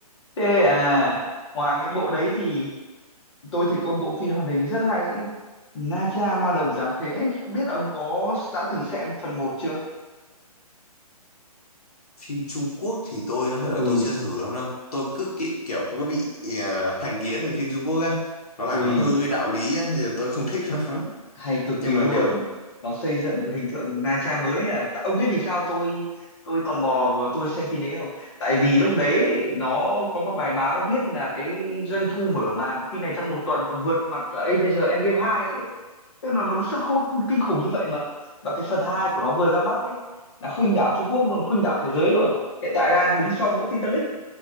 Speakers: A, on the left; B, on the left.
A: thế à ngoài mấy bộ đấy thì tôi thấy có bộ phim hoạt hình rất hay ấy. Na Cha Ma Đồng Giáng Thế ấy. không biết ông có đã từng xem phần một chưa
B: phim Trung Quốc thì tôi nói thật là
A: ừ
B: tôi chưa thử lắm đâu tôi cứ kỹ, kiểu có bị ờ, thành kiến về phim Trung Quốc á nó làm
A: ui
B: nó hơi đạo lý á thì tôi không thích <laughs> lắm
A: hay cực
B: nhưng
A: kỳ
B: mà
A: luôn
B: nếu
A: nó xây dựng một hình tượng Na Tra mới à Tại- ông biết vì sao tôi tôi tò mò và tôi xem phim đấy không tại vì lúc đấy nó có một bài báo nó viết là cái doanh thu mở màn phim này trong một tuần còn vượt mặt cả Avengers Endgame 2, ấy. tức là nó có sức hút kinh khủng như vậy mà và cái phần 2 của nó vừa ra mắt ấy là khuynh đảo Trung Quốc luôn khuynh đảo thế giới luôn hiện tại đang đứng sau mỗi Titanic